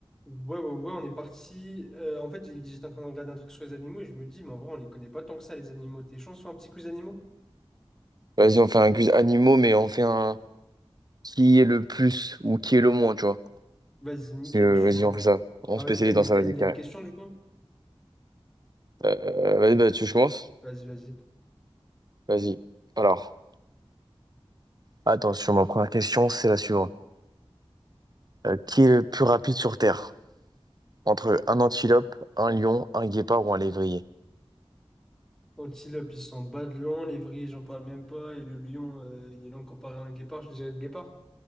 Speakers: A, in the centre; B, on the right.
A: Ouais, ouais, ouais, on est parti. euh, en fait, j'ai- j'étais en train de regarder un truc sur les animaux et je me dis, mais en vrai, on les connaît pas tant que ça, les animaux. T'es chaud, on se fait un petit quiz animaux?
B: Vas-y, on fait un quiz animaux, mais on fait un qui est le plus ou qui est le moins, tu vois.
A: Vas-y, nickel,
B: Parce que,
A: je suis
B: vas-y,
A: chaud.
B: on fait ça. On
A: Ah,
B: spécialise
A: vas-y, t'as une,
B: dans ça,
A: t'as
B: vas-y,
A: une idée
B: carré.
A: de question du coup?
B: Euh, vas-y, bah, tu commences
A: Vas-y, vas-y.
B: Vas-y. Alors, attends, sur ma première question, c'est la suivante. Euh, qui est le plus rapide sur Terre? Entre un antilope, un lion, un guépard ou un lévrier?
A: Antilope, ils sont bas de long, l'évrier, j'en parle même pas, et le lion, euh, il est long comparé à un guépard, je dirais le guépard.